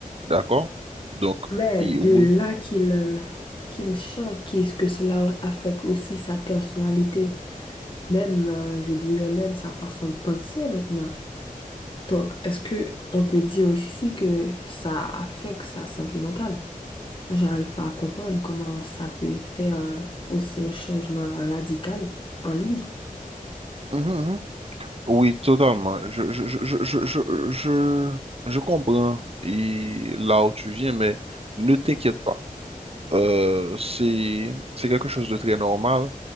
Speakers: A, on the right (about 40°); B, on the left (about 35°).
A: d'accord? Donc,
B: Mais
A: et
B: de
A: oui.
B: là qu'il euh, qu'il change, qu'est-ce que cela affecte aussi sa personnalité, même euh, je dirais même sa façon de penser maintenant. Donc est-ce que on peut dire aussi que ça affecte sa santé mentale? Moi, j'arrive pas à comprendre comment ça peut faire euh, aussi un changement radical en lui.
A: Mhm, mhm. Oui, totalement. Je, je, je, je, je, je, je je comprends et là où tu viens, mais ne t'inquiète pas. Euh, c'est, c'est quelque chose de très normal